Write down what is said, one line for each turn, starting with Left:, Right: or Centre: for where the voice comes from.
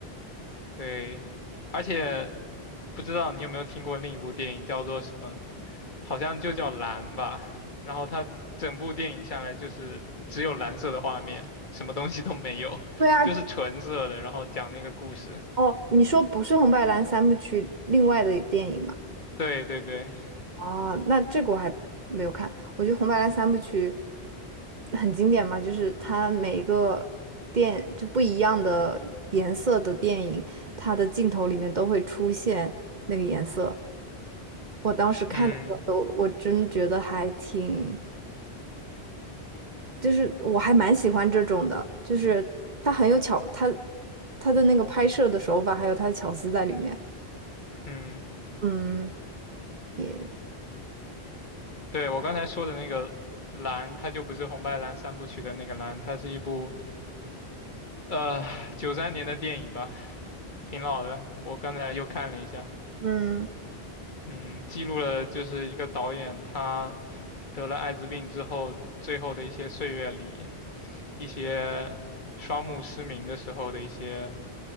Left: 对，而且不知道你有没有听过另一部电影叫做什么好像就叫蓝吧。然后它整部电影下来就是只有蓝色的画面，什么东西都没有，
Right: 对啊，
Left: 就是纯色的，然后讲那个故事。
Right: 哦，你说不是《红白蓝三部曲》另外的电影吗？
Left: 对对对，
Right: 哦，那这个我还没有看。我觉得《红白蓝》三部曲很经典嘛，就是它每一个电就不一样的颜色的电影，它的镜头里面都会出现那个颜色。我当时看的时候，
Left: 嗯
Right: 我真觉得还挺，就是我还蛮喜欢这种的，就是它很有巧，它它的那个拍摄的手法，还有它的巧思在里面。
Left: 嗯，
Right: 嗯，也
Left: 对，我刚才说的那个蓝，它就不是红白蓝三部曲的那个蓝，它是一部呃九三年的电影吧，挺老的。我刚才又看了一下，
Right: 嗯，
Left: 嗯，记录了就是一个导演他得了艾滋病之后最后的一些岁月里，一些双目失明的时候的一些